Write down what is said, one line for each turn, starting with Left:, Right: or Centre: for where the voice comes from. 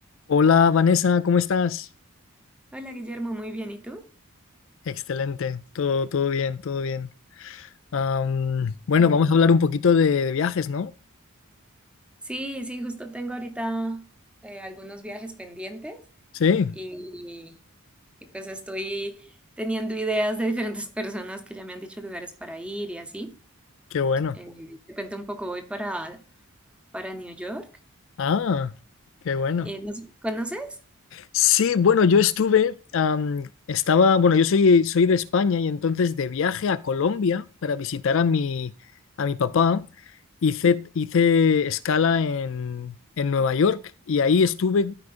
Left: Hola Vanessa, ¿cómo estás?
Centre: Hola Guillermo, muy bien. ¿Y tú?
Left: Excelente, todo, todo bien, todo bien. Am, bueno,
Centre: Qué bueno.
Left: vamos a hablar un poquito de, de viajes, ¿no?
Centre: Sí, sí, justo tengo ahorita eh, algunos viajes pendientes
Left: Sí,
Centre: y, y pues estoy teniendo ideas de diferentes personas que ya me han dicho lugares para ir y así.
Left: qué bueno.
Centre: Eh, te cuento un poco, voy para, para New York.
Left: Ah, qué bueno.
Centre: Eh, no sé, ¿conoces?
Left: Sí, bueno, yo estuve, am, estaba, bueno, yo soy, soy de España y entonces de viaje a Colombia para visitar a mi, a mi papá, hice, hice escala en, en Nueva York y ahí estuve